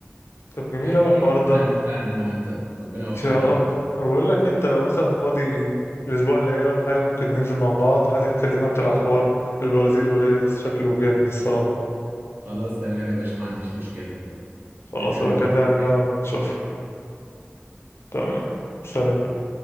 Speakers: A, on the left (about 65°); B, on the right (about 50°).
A: طب جميل
B: يعني
A: اوي الحوار ده
B: ربنا يوفقنا أنا وأنت ربنا يوفقنا
A: <laughs> يا رب
B: أنا وأنت
A: أنا بقول لك انت لو مثلا فاضي الاسبوع اللي جاي ولا حاجه ممكن ننزل مع بعض عايزك تكلمنا اكتر على حوار البرازيل وريو ده شكله جامد الصراحه
B: خلاص تمام يا باشا ما عنديش مشكلة
A: خلاص
B: نتقابل
A: انا بكلمك
B: الأسبوع الجاي
A: بقى ونشوف تمام سلام